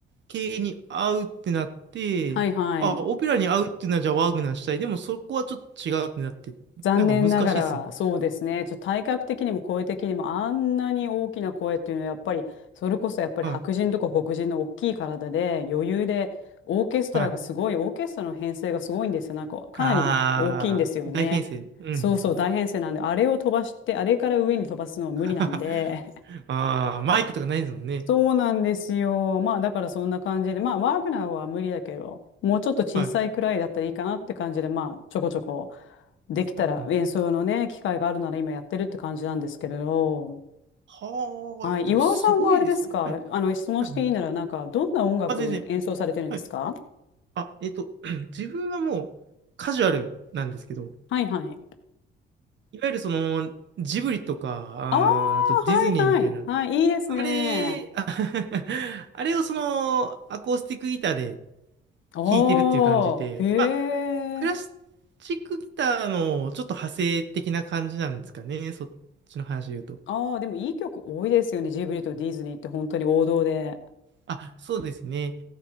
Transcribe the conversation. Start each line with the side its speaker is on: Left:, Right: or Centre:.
Right: 系に合うってなって、
Left: はいはい。
Right: あ、オペラに合うっていうのは、じゃあワーグナーしたい。でも、そこはちょっと違うってなって、
Left: 残念ながら、
Right: なんか難しいっすね。
Left: そうですね。ちょっと体格的にも声的にもあんなに大きな声っていうのはやっぱり、それこそやっぱり白人とか黒人の大きい体で余裕で、
Right: はい。
Left: オーケストラがすごい、
Right: はい。
Left: オーケストラの編成がすごいんですよ。なんかかなり大きいんですよね。
Right: あー、大編成。うん。
Left: そうそう、大編成なんで、あれを飛ばして、あれから上に飛ばすのは無理なんで、
Right: <laughs> あー、マイクとかないですもんね。
Left: そうなんですよ。まあだからそんな感じで、まあワーグナーは無理だけど、もうちょっと小さいくらいだったらいいかなって感じで、
Right: はい。
Left: まあちょこちょこできたら演奏のね、
Right: はあ、
Left: 機会があるなら今やってるって感じなんですけれど、
Right: はあいや、
Left: はい、
Right: でもすごいですね。
Left: 岩尾さんはあれですか、
Right: はい。
Left: あの質問していいならなんかどんな音楽演奏されてるんですか
Right: はいはいあ、全然。はいあ、えっと、<clears throat> 自分はもうカジュアルなんですけど、
Left: はいはい。
Right: いわゆるそのジブリとか、あーあとディズニーみたいな、
Left: ああ、はいはい。はい、いいですね。
Right: あれ、あ <laughs> あれをそのアコースティックギターで
Left: おー、
Right: 弾いてるっていう感じで、
Left: へ
Right: まあ、クラシ
Left: え。
Right: ックギターのちょっと派生的な感じなんですかね、そっちの話で言うと。
Left: ああ、でもいい曲多いですよね。ジブリとディズニーって本当に王道で。
Right: あ、そうですね。